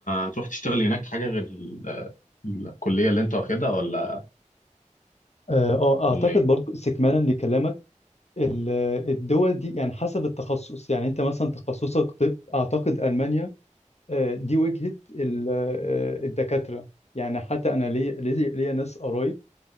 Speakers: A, on the left; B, on the left.
A: هتروح تشتغل هناك حاجه غير ال- الكليه اللي انت واخدها ولا
B: اه آه، اعتقد
A: ولا ايه؟
B: برضو استكمالا لكلامك ال- الدول دي يعني حسب التخصص يعني انت مثلا تخصصك طب اعتقد المانيا آه، دي وجهة ال- آه، الدكاترة يعني حتى انا ليا ليا ليا ناس قرايب